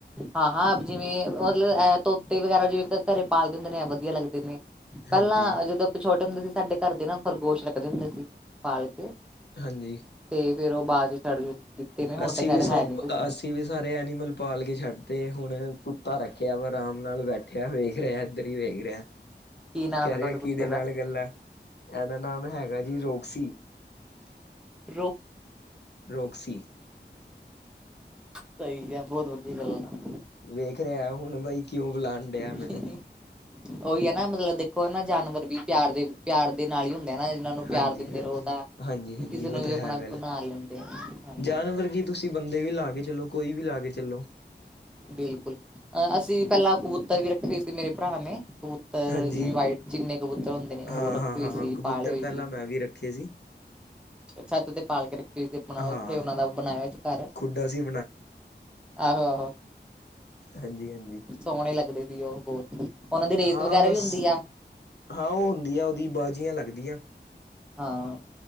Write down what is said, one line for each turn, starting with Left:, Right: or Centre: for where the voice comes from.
Centre: ਹਾਂ-ਹਾਂ ਜਿਵੇਂ ਮਤਲਬ ਤੋਤੇ ਵਗੈਰਾ ਜਿਵੇਂ ਘਰੇ ਪਾਲਦੇ ਹੁੰਦੇ ਨੇ ਵਧੀਆ ਲੱਗਦੇ ਨੇ। ਪਹਿਲਾਂ
Left: ਹਾਂਜੀ
Centre: ਜਦੋਂ ਆਪਾਂ ਛੋਟੇ ਹੁੰਦੇ ਸੀ ਸਾਡੇ ਘਰ ਦੇ ਨਾ ਖਰਗੋਸ਼ ਲੱਗਦੇ ਹੁੰਦੇ ਸੀ। ਪਾਲ ਕੇ
Left: ਹਾਂਜੀ
Centre: ਤੇ ਫੇਰ ਉਹ ਬਾਅਦ 'ਚ ਛੱਡ ਦਿੱਤੇ ਨੇ ਹੁਣ
Left: ਅਸੀਂ
Centre: ਤਾਂ ਖੈਰ
Left: ਵੀ ਸਭ
Centre: ਹੈ ਨੀ ਕੁਛ
Left: ਅਸੀਂ ਵੀ ਸਾਰੇ ਐਨੀਮਲ ਪਾਲ ਕੇ ਛੱਡਤੇ ਹੁਣ ਕੁੱਤਾ ਰੱਖਿਆ ਵਾ ਆਰਾਮ ਨਾਲ ਬੈਠੇ ਬੱਠਿਆ ਵੇਖ ਰਿਹਾ ਇੱਧਰ ਈ ਵੇਖ ਰਿਹਾ।
Centre: ਕੀ ਨਾਮ
Left: ਕਹਿ
Centre: ਹੈ
Left: ਰਿਹਾ
Centre: ਤੁਹਾਡੇ ਕੁੱਤੇ
Left: ਕਿਦੇ ਨਾਲ
Centre: ਦਾ
Left: ਗੱਲਾਂ ਇਹਦਾ ਨਾਮ ਹੈਗਾ ਜੀ ਰੋਕਸੀ
Centre: ਰੋਕ
Left: ਰੋਕਸੀ
Centre: ਸਹੀ ਕਿਆ, ਬਹੁਤ ਵਧੀਆ ਗੱਲ ਆ।
Left: ਵੇਖ ਰਿਹਾ ਹੁਣ ਬਾਈ ਕਿਉਂ ਬੁਲਾਉਣ ਡਿਆ ਮੈਨੂੰ
Centre: ਆ ਉਹੀ ਹੈ ਨਾ ਮਤਲਬ ਦੇਖੋ ਹਨਾ ਜਾਨਵਰ ਵੀ ਪਿਆਰ ਦੇ ਪਿਆਰ ਦੇ ਨਾਲ ਹੀ ਹੁੰਦਾ ਹਨਾ ਇਹਨਾਂ ਨੂੰ ਪਿਆਰ
Left: ਹਾਂਜੀ-
Centre: ਦਿੰਦੇ
Left: ਹਾਂਜੀ-
Centre: ਰਹੋ ਤਾਂ
Left: ਹਾਂਜੀ- ਹਾਂਜੀ
Centre: ਕਿਸੇ
Left: ਉਹ
Centre: ਨੂੰ
Left: ਤਾਂ
Centre: ਵੀ ਆਪਣਾ
Left: ਹੈ ਗੱਲ
Centre: ਬਣਾ ਲੈਂਦੇ ਆ ਹਾਂਜੀ
Left: ਜਾਨਵਰ ਕੀ ਤੁਸੀਂ ਬੰਦੇ ਵੀ ਲਾ ਕੇ ਚੱਲੋ ਕੋਈ ਵੀ ਲਾ ਕੇ ਚੱਲੋ।
Centre: ਬਿਲਕੁਲ ਅ ਅਸੀਂ ਪਹਿਲਾਂ ਕਬੂਤਰ ਵੀ ਰੱਖੇ ਸੀ ਮੇਰੇ ਭਰਾ ਨੇ। ਕਬੂਤਰ
Left: ਹਾਂਜੀ
Centre: ਜਿਵੇਂ ਵਾਈਟ ਚਿੰਨੇ ਕਬੂਤਰ ਹੁੰਦੇ ਨੇ ਉਹ
Left: ਹਾਂ
Centre: ਰੱਖੇ
Left: ਹਾਂ
Centre: ਹੋਏ
Left: ਹਾਂ
Centre: ਸੀ
Left: ਕਬੂਤਰ
Centre: ਪਾਲੇ ਹੋਏ
Left: ਪਹਿਲਾਂ
Centre: ਸੀ।
Left: ਮੈਂ ਵੀ ਰੱਖੇ ਸੀ
Centre: ਛੱਤ ਤੇ ਪਾਲ ਕੇ ਰੱਖੀ ਹੋਏ ਸੀ ਆਪਣਾ ਉੱਥੇ
Left: ਹਾਂ
Centre: ਉਹਨਾ ਦਾ ਬਣਾਇਆ ਹੋਇ ਸੀ ਘਰ।
Left: ਖੁੱਡਾ ਸੀ
Centre: ਆਹੋ-ਆਹੋ।
Left: ਹਾਂਜੀ-ਹਾਂਜੀ।
Centre: ਸੋਹਣੇ ਲੱਗਦੇ ਪਈ, ਉਹ ਬਹੁਤ ਉਹਨਾਂ ਦੀ ਰੇਸ
Left: ਹਾਂ,
Centre: ਵਗੈਰਾ
Left: ਬਸ।
Centre: ਵੀ ਹੁੰਦੀ ਆ
Left: ਹਾਂ, ਹੁੰਦੀ ਆ ਉਹਦੀ, ਬਾਝੀਆਂ ਲੱਗਦੀਆ।
Centre: ਹਾਂ।